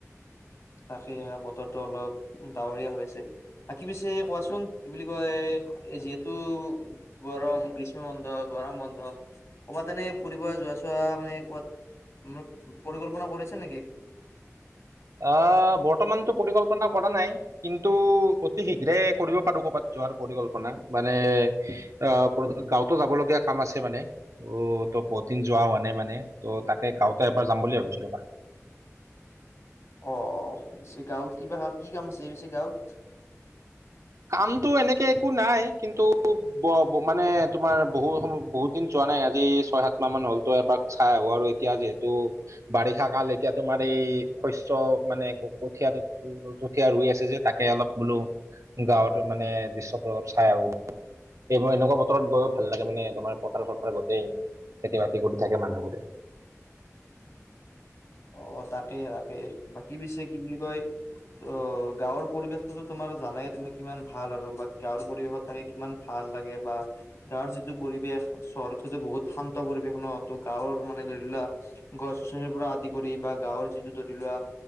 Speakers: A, on the left (about 60°); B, on the right (about 70°).
A: তাকেই বতৰটো অলপ ডাৱৰীয়া হৈ আছে। বাকী পিছে কোৱা চোন কি বুলি কয় এ যিহেতু গৰম গ্ৰীষ্ম বন্ধ, গৰম বন্ধ ক'ৰবাত এনেই ফুৰিব যোৱা চোৱা মানে ক'ৰবাত এনেই পৰিকল্পনা কৰিছে নেকি?
B: আহ বৰ্তমানতো পৰিকল্পনা কৰা নাই কিন্তু অতি শীঘ্ৰে কৰিব পাৰোঁ কৰ'বাত যোৱাৰ পৰিকল্পনা মানে আহ গাঁৱতো যাবলগীয়া কাম আছে মানে। অ ত' বহুত দিন যোৱা হোৱা নাই মানে ত' তাকে গাঁৱতে এবাৰ যাম বুলি ভাবিছো ৰ'বা।
A: অ! পিছে গাঁৱত কিবা কি কাম আছে পিছে গাঁৱত?
B: কামটো এনেকে একো নাই কিন্তু ব মানে তোমাৰ বহু সময় বহুত দিন যোৱা নাই আজি ছয়, সাত মাহ মান হ'ল ত এপাক চাই আহো আৰু এতিয়া যিহেতু বাৰিষা কাল এতিয়া তোমাৰ এই শস্য মানে কঠিয়াটো কঠিয়া ৰুই আছে যে তাকে অলপ বোলো গাঁৱত মানে দৃশ্যটো অলপ চাই আহোঁ। এইবোৰ এনেকুৱা বতৰত গৈও ভাল লাগে মানে তোমাৰ পথাৰ-চথাৰ গোটেই খেতি-বাতি কৰি থাকে মানুহবোৰে।
A: অ! তাকে-তাকে বাকী পিছে কি বুলি কয় ত গাঁৱৰ পৰিৱেশটো তোমাৰ জানাই তুমি কিমান ভাল আৰু বা গাঁৱৰ পৰিৱেশত থাকি কিমান ভাল লাগে বা গাঁৱৰ যিটো পৰিৱেশ চহৰটো বহুত শান্ত পৰিৱেশ ন ত গাঁৱৰ মানে ধৰি লোৱা গছ-গছনিৰ পৰা আদি কৰি বা গাঁৱৰ যিটো ধৰি লোৱা